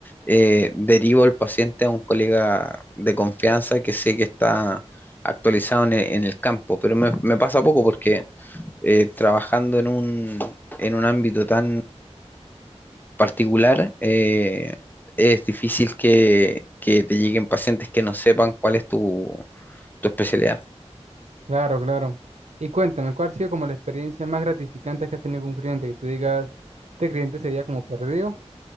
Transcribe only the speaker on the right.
Claro, claro. Y cuéntame, ¿cuál ha sido como la experiencia más gratificante que has tenido con un cliente? Que tú digas, este cliente se veía como perdido